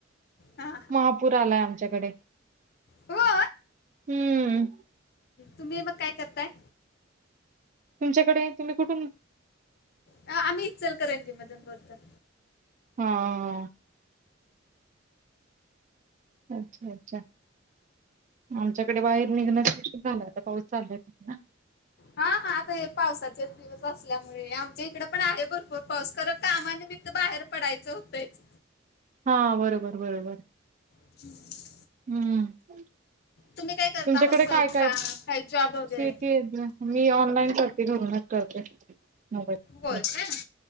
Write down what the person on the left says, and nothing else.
हा
हो.
तुम्ही मग काय करताय?
आ आम्ही इचलकरंजी मधून बोलतो.
हा हा आता हे पावसाचे दिवस असल्यामुळे आमच्या इकड पण आहे भरपूर पाऊस खरं कामा निमित्त तर बाहेर पडायचं होतंयच.
<inaudible>
तुम्ही काय करता
हाऊस वाईफ
का काही जॉब वगैरे
होय काय